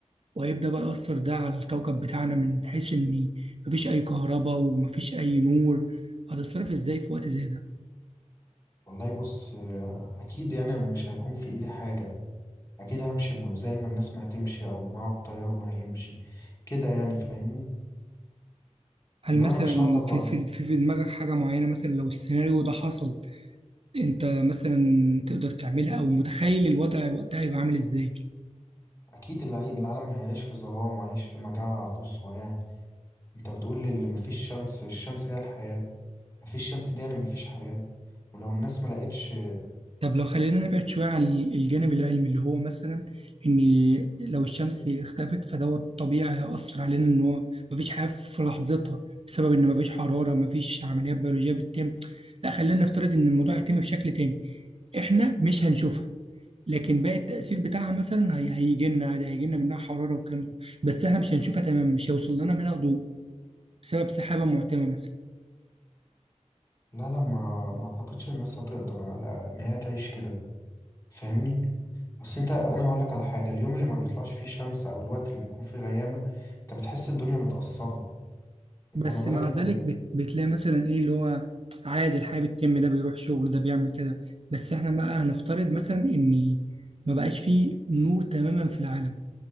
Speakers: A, on the right (about 50°); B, on the left (about 25°).
A: وهيبدأ بقى يأثر ده على الكوكب بتاعنا من حيث إن مفيش أي كهرباء ومفيش أي نور هتتصرف إزاي في وقت زي ده؟
B: والله بص آه، أكيد يعني مش هيكون في إيدي حاجة اكيد همشي م- زي ما الناس ما هتمشي او مع التيار ما هيمشي كده يعني فاهمني
A: هل
B: انما
A: مثلا
B: انا مش هقدر
A: في
B: بقى.
A: في في في دماغك حاجة معينة مثلا لو السيناريو ده حصل أنت مثلا تقدر تعملها أو متخيل الوضع وقتها يبقى عامل إزاي؟
B: اكيد العي- العالم هيعيش في ظلام وهيعيش في مجاعة قصوى يعني انت بتقول لي اللي مفيش شمس الشمس هي الحياة مفيش شمس دي يعني مفيش حياة ولو الناس ما لقيتش
A: طب لو خلينا نبعد شوية عن الجانب العلمي اللي هو مثلا إن لو الشمس اختفت فدوت طبيعي هيأثر علينا إن هو مفيش حياة في لحظتها بسبب إن مفيش حرارة مفيش عمليات بيولوجية بتتم لا خلينا نفترض إن الموضوع هيتم بشكل تاني إحنا مش هنشوفها لكن باقي التأثير بتاعها مثلا هي- هيجي لنا عادي هيجي لنا منها حرارة والكلام ده بس إحنا مش هنشوفها تماما مش هيوصل لنا منها ضوء بسبب سحابة معتمة مثلا
B: لا لا ما ما اعتقدش الناس هتقدر على ان هي تعيش كده فاهمني اصل انت انا هقول لك على حاجة اليوم اللي ما بيطلعش فيه شمس او الوقت اللي بيكون فيه غيامة انت بتحس الدنيا متأثرة انت
A: بس
B: ما بالك
A: مع
B: انت
A: ذلك
B: ب...
A: بت... بتلاقي مثلا ايه اللي هو عادي الحياة بتتم ده بيروح شغل ده بيعمل كده بس احنا بقى هنفترض مثلا ان ما بقاش فيه نور تماما في العالم